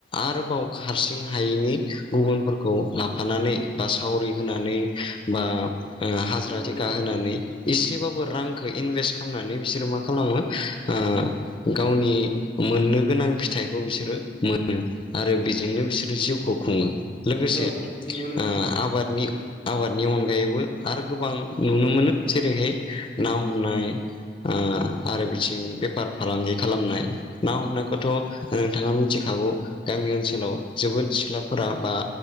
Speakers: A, on the left (about 30°); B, on the right (about 45°).
A: आरोबाव हारसिङा हायिनि गुबुनफोरखौ लाफानानै बा सावरि होनानै बा ओ हाजिरा
B: नंगौ
A: थिखाा
B: नंगौ
A: होनानै एसेबाबो रांखौ इनभेस्ट खालामनानै बिसोरो मा खालामो ओ गावनि मोननो गोनां फिथाइखौ बिसोरो मोनो आरो बेजोंनो बिसोरो जिउखौ खुङो लोगोसे
B: औ नंगौ नोंथां
A: ओ आबादनि आबादनि अनगायैबो आरो गोबां नुनो मोनो जेरैहाय ना हमनाय ओ आरो बिथिं बेफार फालांगि खालामनाय ना हमनायखौथ' नोंथाङा मिथिखायो हागौ गामि ओनसोलाव जोबोद सिख्लाफोरा बा